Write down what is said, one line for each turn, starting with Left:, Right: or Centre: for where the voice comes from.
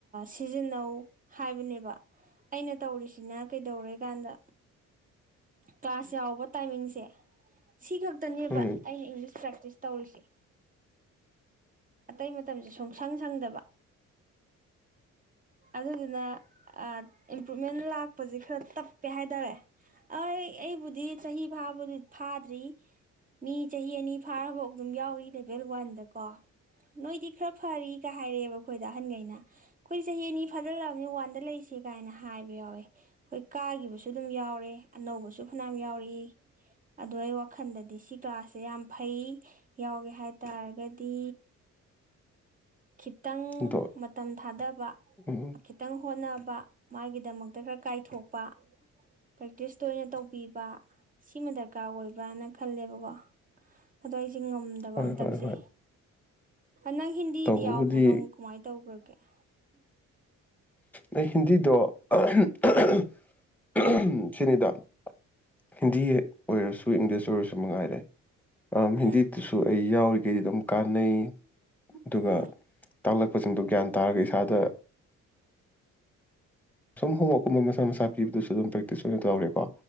Right: ꯁꯤꯖꯤꯟꯅꯧ ꯍꯥꯏꯕꯅꯦꯕ ꯑꯩꯅ ꯇꯧꯔꯤꯁꯤꯅ ꯀꯩꯗꯧꯔꯦ ꯀꯥꯟꯗ ꯀ꯭ꯂꯥꯁ ꯌꯥꯎꯕ ꯇꯥꯏꯃꯤꯡꯁꯦ ꯁꯤ ꯈꯛꯇꯅꯦꯕ
Centre: ꯎꯝ
Right: ꯑꯩꯅ ꯏꯪꯂꯤꯁ ꯄ꯭ꯔꯦꯛꯇꯤꯁ ꯇꯧꯔꯤꯁꯦ ꯑꯇꯩ ꯃꯇꯝꯁꯦ ꯁꯨꯡꯁꯪ ꯁꯪꯗꯕ ꯑꯗꯨꯗꯨꯅ ꯑꯥ ꯏꯝꯄ꯭ꯔꯨꯚꯃꯦꯟ ꯂꯥꯛꯄꯁꯦ ꯈꯔ ꯇꯞꯄꯦ ꯍꯥꯏ ꯇꯔꯦ ꯑꯩ ꯑꯩꯕꯨꯗꯤ ꯆꯍꯤ ꯐꯥꯕꯗꯤ ꯐꯥꯗ꯭ꯔꯤ ꯃꯤ ꯆꯍꯤ ꯑꯅꯤ ꯐꯥꯔꯐꯥꯎ ꯑꯗꯨꯝ ꯌꯥꯎꯔꯤ ꯂꯦꯚꯦꯜ ꯋꯥꯟꯗꯀꯣ ꯅꯣꯏꯗꯤ ꯈꯔ ꯐꯔꯤꯒ ꯍꯥꯏꯔꯛꯑꯦꯕ ꯑꯩꯈꯣꯏ ꯗ ꯑꯍꯟꯈꯩꯅ ꯑꯩꯈꯣꯏ ꯆꯍꯤ ꯑꯅꯤ ꯐꯥꯖꯤꯜꯂꯛꯑꯕꯅꯤ ꯋꯥꯟꯗ ꯂꯩꯁ ꯀꯥꯏꯅ ꯍꯥꯏꯕ ꯌꯥꯎꯋꯦ ꯑꯩꯈꯣꯏ ꯀꯥꯒꯤꯈꯤꯕꯁꯨ ꯑꯗꯨꯝ ꯌꯥꯎꯔꯦ ꯑꯅꯧꯕꯁꯨ ꯐꯅꯌꯥꯝ ꯌꯥꯎꯔꯛꯏ ꯑꯗꯣ ꯑꯩ ꯋꯥꯈꯜꯗꯗꯤ ꯁꯤ ꯀ꯭ꯂꯥꯁꯁꯦ ꯌꯥꯝ ꯐꯩ ꯌꯥꯎꯒꯦ ꯍꯥꯏ ꯇꯥꯔꯒꯗꯤ ꯈꯤꯇꯪ
Centre: ꯑꯗꯣ
Right: ꯃꯇꯝ ꯊꯥꯗꯕ
Centre: ꯎꯝ
Right: ꯈꯤꯇꯪ ꯍꯣꯠꯅꯕ ꯃꯥꯒꯤ ꯒꯤ ꯗꯃꯛꯇ ꯈꯔ ꯀꯥꯏꯊꯣꯛꯄ ꯄ꯭ꯔꯦꯛꯇꯤꯁ ꯇꯣꯏꯅ ꯇꯧꯕꯤꯕ ꯁꯤꯃ ꯗꯔꯀꯥꯔ ꯑꯣꯏꯕ꯭ꯔꯅ ꯈꯜꯂꯦꯕꯀꯣ ꯑꯗꯣ ꯆ ꯉꯝꯗꯕ
Centre: ꯍꯣꯏ
Right: ꯍꯟꯗꯛꯁꯦ
Centre: ꯍꯣꯏ ꯍꯣꯏ
Right: ꯅꯪ ꯍꯤꯟꯗꯤ
Centre: ꯇꯧꯕꯕꯨꯗꯤ
Right: ꯌꯥꯎꯕ꯭ꯔꯣ ꯅꯪ ꯀꯃꯥꯏꯅ ꯇꯧ <unintelligible>
Centre: ꯑꯩ ꯍꯤꯟꯗꯤꯗꯣ <unintelligible> ꯁꯤꯅꯤꯗ ꯍꯤꯟꯗꯤ ꯑꯣꯏꯔꯁꯨ ꯏꯪꯂꯤꯁ ꯑꯣꯏꯔꯁꯨ ꯃꯉꯥꯏꯔꯦ ꯑ
Right: ꯎꯝ
Centre: ꯍꯤꯟꯗꯤꯗꯨꯁꯨ ꯑꯩ ꯌꯥꯎꯔꯤꯈꯩꯗꯤ ꯑꯗꯨꯝ ꯀꯥꯟꯅꯩ ꯑꯗꯨꯒ
Right: ꯎꯝ
Centre: ꯇꯥꯛꯂꯛꯄꯁꯤꯡꯗꯣ ꯒ꯭ꯌꯥꯟ ꯇꯥꯔꯒ ꯏꯁꯥꯗ ꯁꯣꯝ ꯍꯣꯝꯋꯥꯛꯀꯨꯝꯕ ꯃꯁꯥ ꯃꯁꯥ ꯄꯤꯕꯗꯨꯁꯨ ꯑꯗꯨꯝ ꯄ꯭ꯔꯦꯛꯇꯤꯁ ꯑꯣꯏꯅ ꯇꯧꯔꯦꯀꯣ